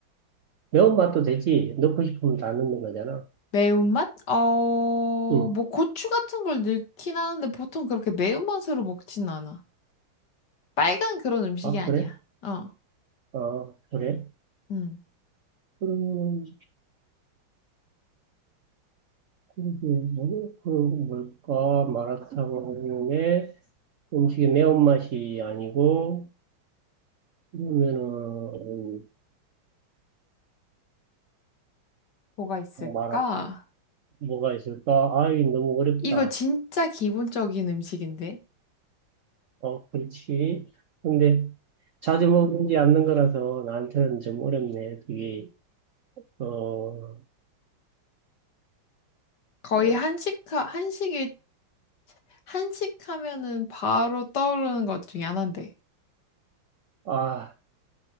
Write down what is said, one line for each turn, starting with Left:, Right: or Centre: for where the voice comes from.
Right: 매운맛도 되지. 넣고 싶으면 다 넣는 거잖아.
Left: 매운맛? 어,
Right: 응.
Left: 뭐 고추 같은 걸 넣긴 하는데 보통 그렇게 매운맛으로 먹진 않아. 빨간 그런 음식이
Right: 아,
Left: 아니야.
Right: 그래?
Left: 어,
Right: 아, 그래?
Left: 응.
Right: 그러면, 그게 뭐, 그, 뭘까? 마라탕에 음식의 매운맛이 아니고, 그러면은,
Left: 뭐가 있을까?
Right: 마라, 뭐가 있을까? 아이, 너무 어렵다.
Left: 이거 진짜 기본적인 음식인데?
Right: 어, 그렇지. 근데, 자주 먹지 않는 거라서 나한테는 좀 어렵네. 그게, 어,
Left: 거의
Right: 저,
Left: 한식, 한식이, 한식 하면은 바로 떠오르는 것 중에 하나인데.
Right: 아,